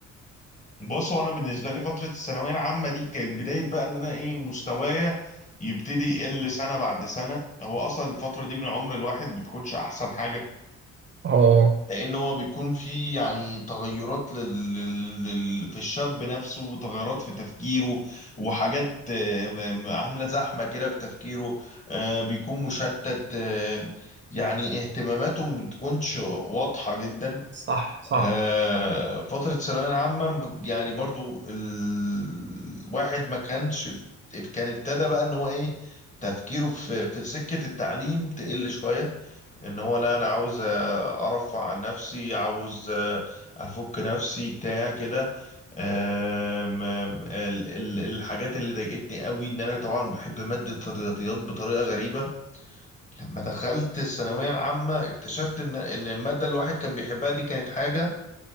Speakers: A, on the left (about 25°); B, on the right (about 40°).
A: بص هو انا بالنسبه لي فتره الثانويه العامه دي كانت بدايه بقى ان انا ايه مستوايا يبتدي يقل سنه بعد سنه هو اصلا الفتره دي من عمر الواحد بتكونش احسن حاجه
B: اه
A: لان هو بيكون في يعني تغيرات لل... لل... لل- في الشاب نفسه وتغيرات في تفكيره وحاجات آه، م- م- عامله زحمه كده في تفكيره آه، بيكون مشتت آه، يعني اهتماماته ما بتكونش واضحه جدا
B: صح صح
A: آه، فترة الثانوية العامة يعني برضو ال- الواحد ما كانش بت- كان ابتدى بقى ان هو ايه تفكيره في في سكة التعليم تقل شوية ان هو لا انا عاوز آه، ارفع عن نفسي عاوز آه، افك نفسي بتاع كده آم، آم، ال- ال- الحاجات اللي ضايقتني قوي ان انا طبعا بحب مادة الرياضيات بطريقة غريبة لما دخلت الثانوية العامة اكتشفت ان ان المادة اللي الواحد كان بيحبها دي كانت حاجة